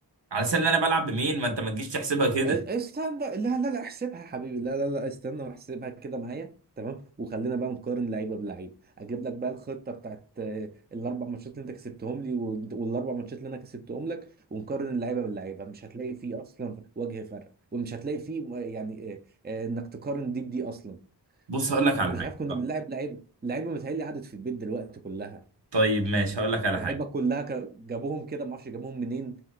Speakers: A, on the right; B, on the right.
A: على سبيل انا بلعب بمين ما انت ما تجيش تحسبها كده
B: استنى لا لا لا احسبها يا حبيبي لا لا لا استنى واحسبها كده معايا تمام وخلينا بقى نقارن لعيبه بلعيب اجيب لك بقى الخطه بتاعت آه، الاربع ماتشات اللي انت كسبتهم لي وال- والاربع ماتشات اللي انا كسبتهم لك ونقارن اللعيبه باللعيبه مش هتلاقي فيه اصلا وجه فرق ومش هتلاقي فيه آه، يعني آه، آه، انك تقارن دي بدي اصلا
A: بص هقول لك
B: احنا
A: على
B: مش
A: حاجه
B: عارف كنا بنلعب لعيبه لعيبه متهيألي قعدت في البيت دلوقتي كلها
A: طيب ماشي هقول لك على
B: لعيبه
A: حاجه
B: كلها ك- جابوهم كده ما اعرفش جابوهم منين